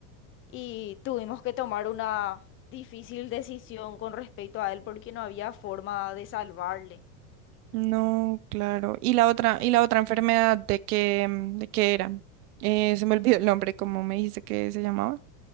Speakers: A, on the left; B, on the right.
A: y tuvimos que tomar una difícil decisión con respecto a él porque no había forma de salvarle.
B: No, claro. ¿Y la otra, y la otra enfermedad de qué, mm, de qué era? Eh, se me olvidó el nombre, ¿cómo me dijiste que se llamaba?